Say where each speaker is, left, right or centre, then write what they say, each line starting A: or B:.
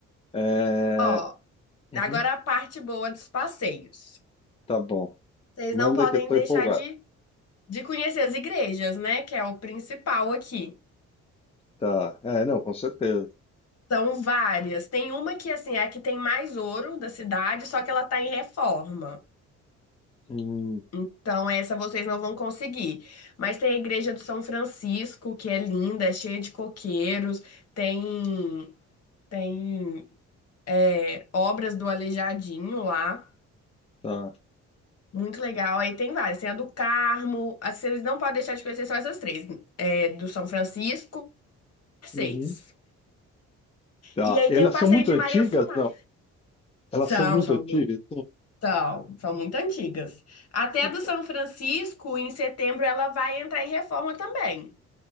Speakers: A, on the left (about 20°); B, on the left (about 55°).
A: É...
B: ó,
A: uhum,
B: agora a parte boa dos passeios.
A: tá bom.
B: Vocês
A: Manda
B: não podem
A: que eu tô
B: deixar
A: empolgado.
B: de, de conhecer as igrejas, né? Que é o principal aqui.
A: Tá. É, não, com certeza.
B: São várias. Tem uma que, assim, é a que tem mais ouro da cidade, só que ela tá em reforma.
A: Hum,
B: Então, essa vocês não vão conseguir. Mas tem a Igreja do São Francisco, que é linda, é cheia de coqueiros. Tem, tem é, obras do Aleijadinho lá.
A: tá.
B: Muito legal. Aí tem várias. Tem a do Carmo. As que vocês não podem deixar de conhecer só essas três. É, do São Francisco, seis.
A: Uhum. Tá.
B: E aí
A: Elas
B: tem o Passeio
A: são muito
B: de
A: antigas?
B: Maria Fumá.
A: Não. Elas
B: São,
A: são muito
B: são
A: antigas? Sim.
B: São, são muito antigas. Até
A: Opa.
B: a do São Francisco, em setembro, ela vai entrar em reforma também.